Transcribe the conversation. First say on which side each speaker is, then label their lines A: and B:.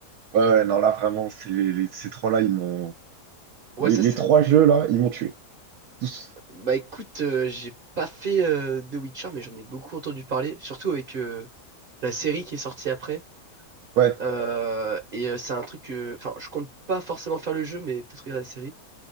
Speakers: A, on the right; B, on the right.
A: Ouais, ouais, non, là, vraiment, c'est les, les- ces trois-là, ils m'ont,
B: Ouais,
A: les,
B: ça,
A: les
B: c'est.
A: trois jeux, là, ils m'ont tué. Tous.
B: Bah écoute, euh, j'ai pas fait euh, The Witcher, mais j'en ai beaucoup entendu parler, surtout avec euh, la série qui est sortie après.
A: Ouais,
B: Euh, et euh, c'est un truc que. Enfin, je compte pas forcément faire le jeu, mais peut-être regarder la série.